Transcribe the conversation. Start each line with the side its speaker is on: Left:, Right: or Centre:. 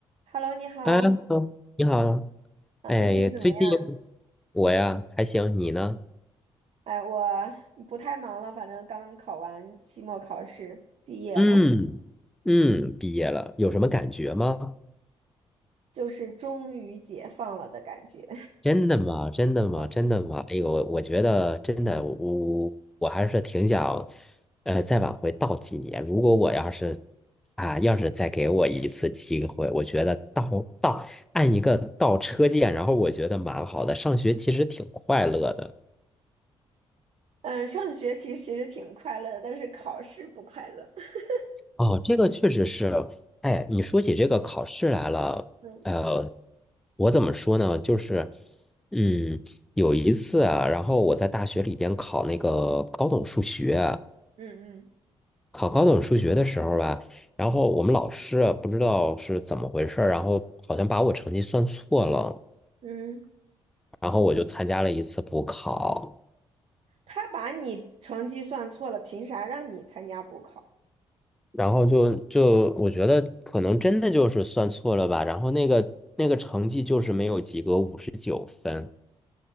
Right: Hello，你好，
Centre: 哎你好。
Right: 啊，
Centre: 哎呀，
Right: 最近怎么样？
Centre: 最近我呀还行，你呢？
Right: 哎，我不太忙了，反正刚考完期末考试，毕业了，
Centre: 嗯嗯，毕业了，有什么感觉吗？
Right: <laughs> 就是终于解放了的感觉。
Centre: 真的吗？真的吗？
Right: <laughs>
Centre: 真的吗？哎呦，我我觉得真的，我我还是挺想，呃，再往回倒几年。如果我要是啊，要是再给我一次机会，我觉得倒倒按一个倒车键，然后我觉得蛮好的。上学其实挺快乐的。
Right: 嗯，上学其实其实挺快乐的，但是考试不快乐。<laughs>
Centre: 哦，这个确实是，哎，你说起这个考试来了，
Right: 嗯
Centre: 呃，我怎么说呢？就是，嗯，有一次啊，然后我在大学里边考那个高等数学，
Right: 嗯嗯
Centre: 考高等数学的时候吧，然后我们老师啊不知道是怎么回事儿然后好像把我成绩算错了，
Right: 嗯，
Centre: 然后我就参加了一次补考。
Right: 他把你成绩算错了，凭啥让你参加补考？
Centre: 然后就就我觉得可能真的就是算错了吧，然后那个那个成绩就是没有及格五十九分。